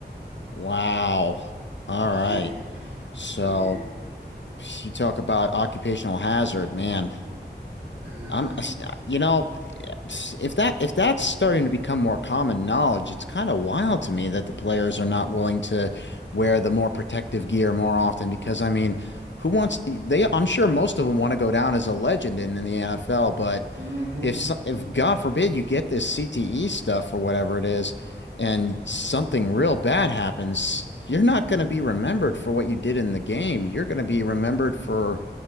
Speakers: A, on the left; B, on the right.
A: Wow. All
B: Yeah,
A: right. So
B: yeah.
A: you talk about occupational hazard, man.
B: Mm-hmm.
A: I'm, you know. if that if that's starting to become more common knowledge, it's kind of wild to me that the players are not willing to wear the more protective gear more often because I mean, who wants to, they I'm sure most of them want to go down as a legend in, in the NFL, but
B: Mm-hmm.
A: if so- if God forbid you get this CTE stuff or whatever it is and something real bad happens, you're not going to be remembered for what you did in the game. You're going to be remembered for